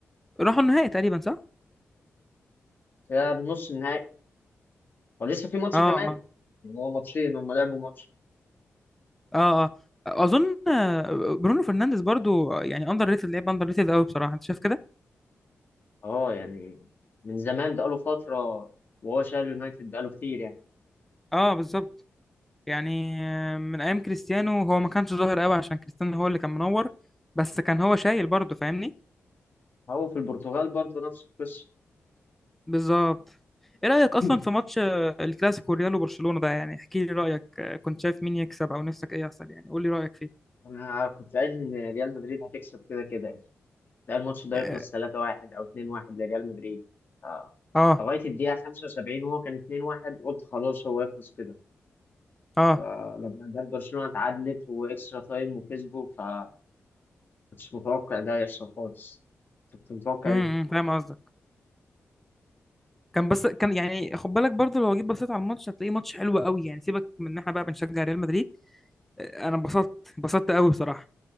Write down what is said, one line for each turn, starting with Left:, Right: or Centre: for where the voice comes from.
Centre: راحوا النهائي تقريبا صح؟
Left: ده نص النهائي ولسه في ماتش
Centre: اه اه
Left: كمان يعني هو ماتشين هم لعبوا ماتش
Centre: اه اه اظن آه، برونو فرنانديز برضو يعني اندر ريتد لعيب اندر ريتد قوي بصراحة انت شايف كده؟
Left: اه يعني من زمان بقاله فترة وهو شايل اليونايتد بقاله كتير يعني
Centre: اه بالظبط يعني آه، من ايام كريستيانو هو ما كانش ظاهر قوي عشان كريستيانو هو اللي كان منور بس كان هو شايل برضه فاهمني
Left: هو في البرتغال برضه نفس القصة
Centre: بالظبط ايه رايك اصلا
Left: <laughs>
Centre: في ماتش آه، الكلاسيكو ريال وبرشلونه ده يعني احكي لي رايك آه، كنت شايف مين يكسب او نفسك ايه يحصل يعني قول لي رايك فيه
Left: أنا كنت قايل إن ريال مدريد هتكسب كده كده يعني. ده الماتش ده
Centre: اه
Left: يخلص 3-1 او 2-1 لريال مدريد آه.
Centre: اه
Left: لغايه الدقيقه 75 وهو كان 2-1 قلت خلاص هو يخلص كده
Centre: آه.
Left: فلما جت برشلونه اتعادلت واكسترا تايم وكسبوا فكنتش متوقع ده يحصل خالص كنت متوقع
Centre: امم
Left: ايه
Centre: فاهم قصدك كان بس كان يعني خد بالك برضه لو جيت بصيت على الماتش هتلاقيه ماتش حلو قوي يعني سيبك من ان احنا بقى بنشجع ريال مدريد آه، انا انبسطت انبسطت قوي بصراحه